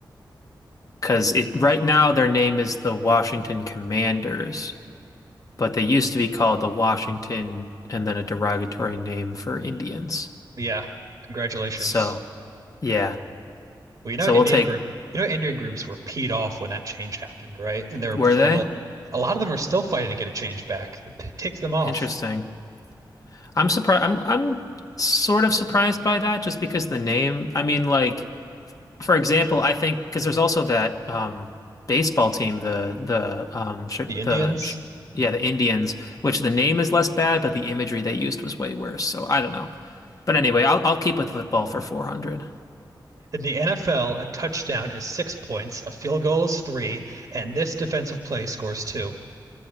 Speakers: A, on the left; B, on the right.
A: Because it right now their name is the Washington Commanders, but they used to be called the Washington and then a derogatory name for Indians.
B: Yeah, congratulations.
A: So, yeah.
B: Well, you
A: So
B: know, Indian
A: we'll take,
B: group, you know, Indian groups were peed off when that change happened, right? And they're
A: were they?
B: and a a lot of them are still fighting to get it changed back. It p- ticked them off.
A: Interesting. I'm surprised. I'm I'm sort of surprised by that just because the name. I mean, like for example, I think because there's also that um, baseball team, the the um sh
B: The Indians.
A: the sh yeah the Indians, which the name is less bad, but the imagery they used was way worse. So I don't know. But anyway, I'll I'll keep with football for 400.
B: In the NFL, a touchdown is six points, a field goal is three, and this defensive play scores two.